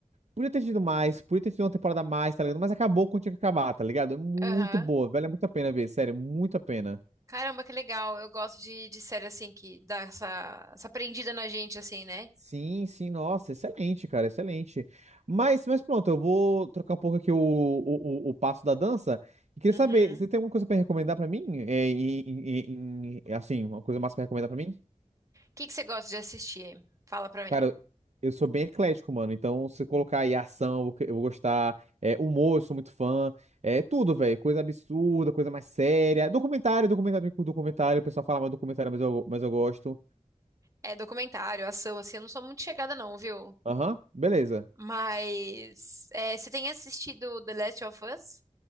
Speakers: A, on the right; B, on the right.
A: podia ter tido mais, podia ter tido uma temporada a mais, tá ligado? Mas acabou quando tinha que acabar, tá ligado? É muito
B: Aham.
A: boa, velho. É muito a pena ver, sério, muito a pena.
B: Caramba, que legal. Eu gosto de, de série assim que dá essa, essa prendida na gente, assim, né?
A: Sim, sim, nossa, excelente, cara, excelente. Mas, mas pronto, eu vou trocar um pouco aqui o, o, o, o passo da dança. E queria
B: Uhum.
A: saber, você tem
B: O
A: alguma coisa pra recomendar pra mim? É, em- em- em- em- assim, uma coisa massa pra recomendar pra mim?
B: que que você gosta de assistir? Fala pra mim.
A: Cara, eu sou bem eclético, mano. Então, se colocar aí ação, eu vou eu vou gostar. É, humor, eu sou muito fã. É tudo, velho. Coisa absurda, coisa mais séria. Documentário, documentário, documentário. O pessoal fala mais documentário, mas eu, mas eu gosto.
B: É documentário, ação, assim, eu não sou muito chegada, não, viu?
A: Aham, beleza.
B: Mas é, você tem assistido The Last of Us?